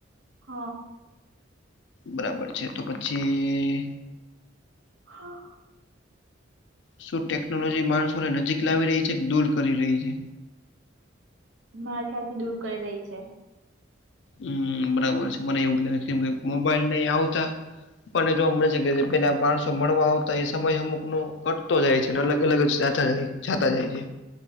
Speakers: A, on the right; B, on the left.
A: હ.
B: બરાબર છે, તો પછી
A: હા
B: શું ટેકનોલોજી માણસોને નજીક લાવી રહી છે કે દૂર કરી રહી છે.
A: મારા ખ્યાલ થી દૂર કરી રહી છે.
B: હમ બરાબર છે મને એવું જ લાગે કેમ કે મોબાઈલ નહી આવતા. પણ એ જોવામે છે કે પેલા માણસો મળવા આવતા એ સમય અમુકનો ઘટતો જાય છેને અલગ અલગ સાા જાય છે. છાતા જાય છે.